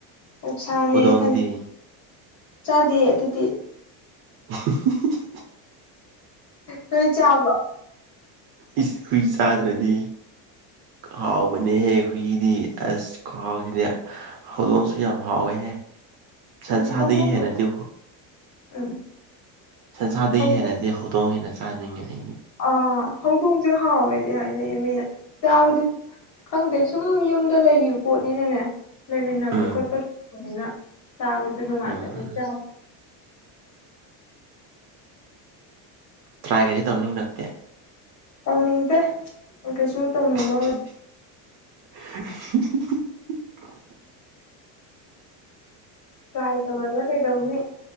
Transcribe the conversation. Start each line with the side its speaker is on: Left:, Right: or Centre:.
Left: ꯑꯣꯛꯁꯥꯅꯦ
Right: ꯍꯧꯗꯣꯡꯗꯤ
Left: ꯁꯟ ꯆꯥꯗꯦ ꯑꯗꯨꯗꯤ
Right: ꯑ ꯍ ꯍ ꯍ
Left: ꯅꯣꯏ ꯆꯥꯕ꯭ꯔꯣ
Right: ꯏꯁ ꯍꯨꯏ ꯆꯥꯗ꯭ꯔꯗꯤ ꯍꯥꯎꯕꯅꯦꯍꯦ ꯍꯨꯏꯗꯤ ꯑꯁ ꯈꯥꯎꯁꯤꯗꯤ ꯍꯧꯗꯣꯡꯁꯨ ꯌꯥꯝ ꯍꯥꯎꯋꯦ ꯑꯦ ꯁꯟꯁꯥꯔꯗꯒꯤ
Left: ꯎꯝ ꯍꯧꯗꯣꯡꯕꯨ
Right: ꯍꯦꯟꯅꯗꯤ ꯍ
Left: ꯎꯝ
Right: ꯁꯟꯁꯥꯔꯗꯒꯤ
Left: ꯍꯧꯗꯣꯡ
Right: ꯍꯦꯟꯅꯗꯤ ꯍꯧꯗꯣꯡ ꯍꯦꯟꯅ ꯆꯥꯅꯤꯡꯉꯦ ꯑꯩꯗꯤ
Left: ꯑꯥ ꯍꯧꯗꯣꯡꯁꯨ ꯍꯥꯎꯋꯦꯗꯤ ꯍꯥꯏꯅꯩꯌꯦ ꯃꯤꯅ ꯆꯥꯕꯗꯤ ꯈꯪꯗꯦ ꯁꯨꯝ ꯌꯨꯝꯗ ꯂꯩꯈꯤꯕ ꯄꯣꯠꯅꯤꯅꯅꯦ ꯂꯩꯃꯤꯟꯅꯕ
Right: ꯎꯝ
Left: ꯈꯣꯠꯄꯕꯅꯤꯅ ꯆꯥꯕꯗꯨ ꯅꯨꯡꯉꯥꯏ
Right: ꯎꯝ
Left: ꯇ ꯆꯥ
Right: ꯇ꯭ꯔꯥꯏ ꯀꯔꯤ ꯇꯧꯅꯤꯡ ꯅꯇ
Left: ꯑꯧꯅꯤꯡꯗꯦ ꯑꯣ ꯀꯩꯁꯨ ꯇꯧꯅꯤꯡꯕ
Right: <inaudible>
Left: ꯇꯥꯏ ꯇꯧꯔ ꯀꯩꯗꯧꯅꯤ